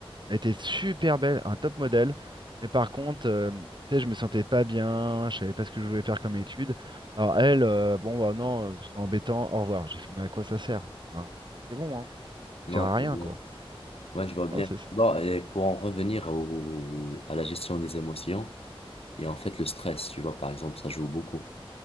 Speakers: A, on the right; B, on the left.
A: Elle était super belle, un top modèle. Mais par contre, euh, tu sais, je me sentais pas bien, je savais pas ce que je voulais faire comme étude. Alors elle, euh, bon bah non, euh, c'est embêtant, au revoir. J'ai fait, mais à quoi ça sert? Enfin, c'est bon, hein. Tu
B: non,
A: sers à
B: je vois
A: rien,
B: bien.
A: quoi.
B: Ouais, je vois bien.
A: Non, c'est ça.
B: Tu vois, et pour en revenir au, à la gestion des émotions, et en fait le stress, tu vois, par exemple, ça joue beaucoup.